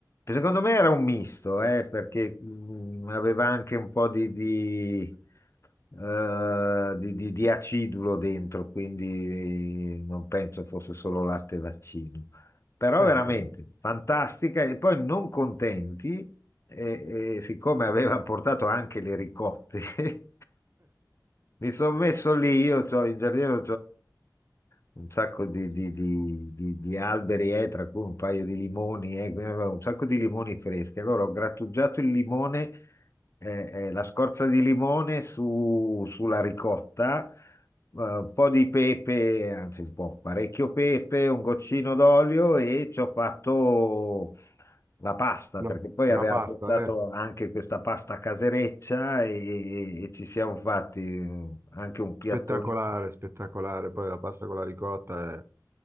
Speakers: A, on the left; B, on the right.
A: Secondo me era un misto, eh, perché mh, aveva anche un po' di, di, eh, di- di- di acidulo dentro, quindi non penso fosse solo latte e vaccino. Però
B: Eh,
A: veramente
B: per-
A: fantastica e poi non contenti, e, e siccome aveva portato anche le ricotte, <laughs> mi sono messo lì, io c'ho in giardino, un sacco di, di- di- di- di alberi, eh, tra cui un paio di limoni, eh, quindi avevo un sacco di limoni freschi. Allora ho grattugiato il limone, eh, eh, la scorza di limone su- sulla ricotta, eh, un po' di pepe, anzi un po', parecchio pepe, un goccino d'olio e ci ho fatto la pasta,
B: no,
A: perché poi
B: una
A: aveva
B: pasta,
A: portato
B: eh.
A: anche questa pasta casereccia e, e- e ci siamo fatti eh, anche un piatto
B: Spettacolare, spettacolare. Poi la pasta con la ricotta è,